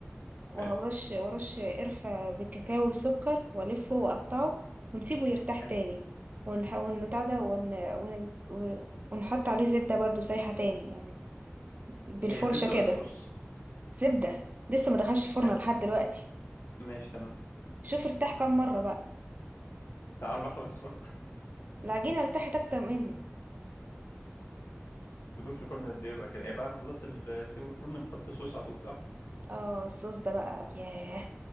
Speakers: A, on the right (about 40°); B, on the left (about 65°).
A: وهرش
B: حلو
A: ورش قرفة بالكاكاو والسكر والفه واقطعه ونسيبه يرتاح
B: حلو
A: تاني ونح... ونبتاع ده ون... ون... و- ونحط عليه زبدة برضو سايحة تاني يعني بالفرشة
B: هي الزبده
A: كده
B: ولا الصوص
A: زبدة لسه ما دخلش الفرن
B: حلو
A: لحد دلوقتي
B: ماشي تمام
A: شوف ارتاح كام مرة بقى
B: بتاع اربع خمس فرق
A: العجينة ارتاحت اكتر مني
B: <laughs> تسيبوه في الفرن قد ايه بقى كده يعني بعد ما خلص ال- تسيبه في الفرن بتحط الصوص على طول صح
A: اه الصوص ده بقى ياه